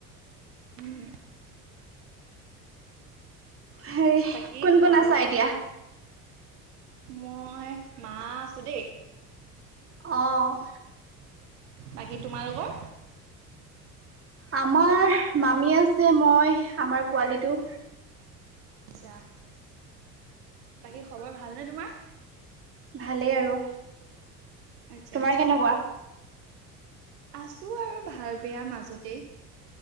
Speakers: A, on the right; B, on the right.
A: উম,
B: হেৰি
A: বাকী
B: কোন
A: ঘৰত
B: কোন আছা এতিয়া।
A: মই মা আছো দেই।
B: অহ,
A: বাকী তোমালোকৰ?
B: আমাৰ মামী আছে মই আমাৰ পোৱালিটো।
A: ইচ ৰাম বাকী খবৰ ভালনে তোমাৰ।
B: ভালেই আৰু
A: আচ্ছা
B: তোমাৰ
A: আচ্ছা।
B: কেনেকুৱা
A: আছোঁ আৰু ভাল বেয়া মাজতেই,